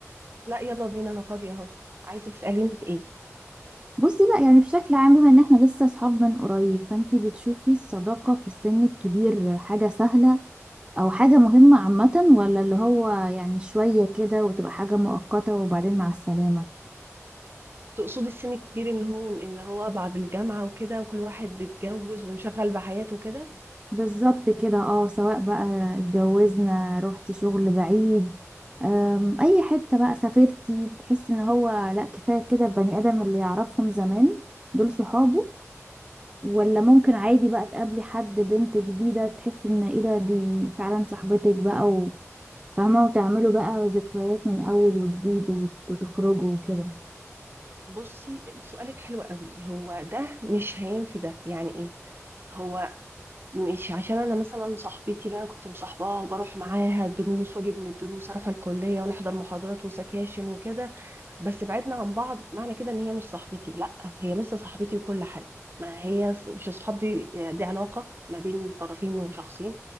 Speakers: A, on the right; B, on the right.
A: لا يلا بينا انا فاضيه اهو عايزه تساليني في ايه
B: بصي لا يعني بشكل عام بما إن احنا لسه صحاب من قريب فانتي بتشوفي الصداقة في السن الكبير حاجة سهلة أو حاجة مهمة عامة ولا اللي هو يعني شوية كده وتبقى حاجة مؤقتة وبعدين مع السلامة؟
A: تقصدي السن الكبير ان هو اللي هو بعد الجامعه وكده وكل واحد اتجوز وانشغل بحياته كده
B: بالظبط كده اه سواء بقى اتجوزنا رحت شغل بعيد أم، اي حتة بقى سافرتي تحس ان هو لا كفاية كده البني ادم اللي يعرفهم زمان دول صحابه ولا ممكن عادي بقى تقابلي حد بنت جديدة تحس ان ايه ده دي فعلا صاحبتك بقى وفاهمة وتعملوا بقى ذكريات من اول وجديد وت- وتخرجوا وكده
A: بصي سؤالك حلو قوي هو ده مش هينفي ده يعني ايه هو مش عشان انا مثلا صاحبتي اللي انا كنت مصاحباها وبروح معاها دروس واجي من الدروس اروح الكليه ونحضر محاضرات وسكاشن وكده بس بعدنا عن بعض معنى كده ان هي مش صاحبتي لا هي لسه صاحبتي وكل حاجه ما هي ص- مش الصحاب دي دي علاقه ما بين طرفين وشخصين